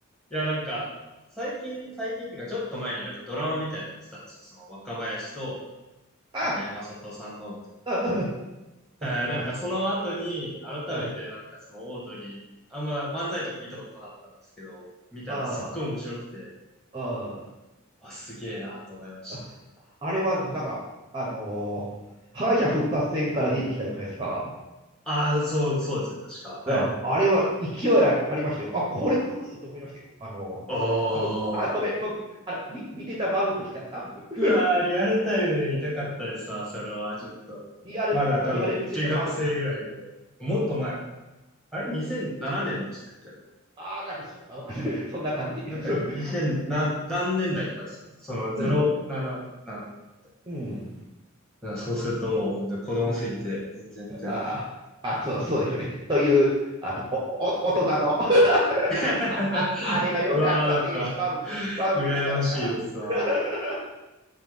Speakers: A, in the centre; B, on the right (about 25°).
A: や、なんか、最近、最近っていうか、ちょっと前になんかドラマみたいなのやってたんですよ。その若林と、
B: あ、
A: なんか山里さんの、みたい
B: うんうんうん
A: な。
B: うん見まし
A: えーなんかその後に、改めてなんかそのオードリー、
B: た。うん、
A: あんま漫才とか見たことなかったんですけど、見たらすっごい面白くて、
B: ああ、
A: あ、すげえなと思いましたね。
B: ああれは、なんか、あのー敗者復活戦から出てきたじゃないですか。
A: ああ、そう、そうですね、確か。はい。
B: ああれは勢いあり、ありましたよ。あ、これ来ると思いましたよ。あのーあ、
A: おー。
B: 僕、あ、ごめん、僕、あら、み見てたマウントしちゃった、僕。<laughs>
A: うわー、リアルタイムで見たかったですわ、それは、ちょっと。
B: リリアル、
A: まだ多分、
B: リアル見てたマウントし。
A: 中学生ぐらいで。もっと前か。あれ ?2007 年でしたっけあれ
B: ああ、なんかそ、なわかんない。<laughs> そんな感じ。
A: なんか2000何、
B: <laughs>
A: 何年代とかですよね。その07何年みたい
B: うん、うん、
A: なだからそうするともう本当に子供すぎて全然見てない。
B: うん。ああ、あ、そう、そうですよね。という、あの、お、お、大人の <laughs>
A: <laughs>
B: あ、あ、あれは良かったね。
A: うわーなんか
B: バウンド、バウンドしちゃったから。
A: 羨ましいですわ。
B: <laughs>